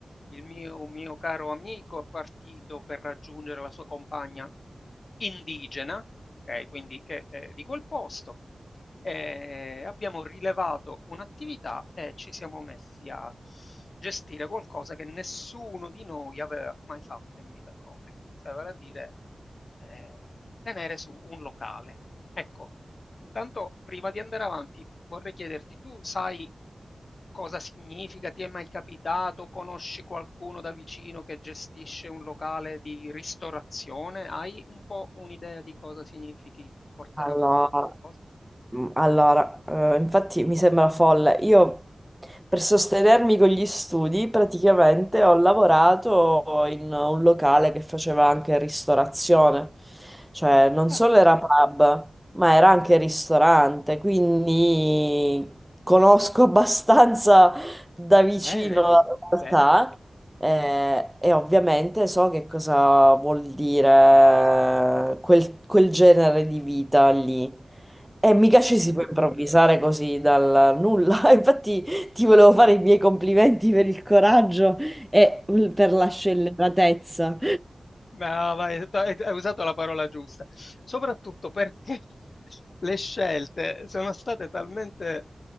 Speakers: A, on the left; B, in the centre.
A: il mio, un mio caro amico è partito per raggiungere la sua compagna indigena, ok, quindi che è di quel posto. Eh, abbiamo rilevato un'attività e ci siamo messi a gestire qualcosa che nessuno di noi aveva mai fatto in vita propria, cioè vale a dire eh, tenere su un locale. Ecco, Intanto, prima di andare avanti, vorrei chiederti, tu sai cosa significa? Ti è mai capitato? Conosci qualcuno da vicino che gestisce un locale di ristorazione? Hai un po' un'idea di cosa significhi portare
B: Allora.
A: avanti questa cosa?
B: Mm, Allora, eh, infatti mi sembra folle. Io per sostenermi con gli studi praticamente ho lavorato in un locale che faceva anche ristorazione, cioè non solo
A: Mm,
B: era pub, ma era anche ristorante, quindi conosco <laughs> abbastanza da vicino
A: bene,
B: la realtà.
A: bene.
B: Eh, e ovviamente so che cosa vuol dire quel, quel genere di vita lì. E mica ci si può improvvisare così dal nulla. <laughs> Infatti ti volevo fare i miei complimenti per il coraggio e per la scelleratezza.
A: No, vai, hai hai usato la parola giusta, soprattutto perché <laughs> le scelte sono state talmente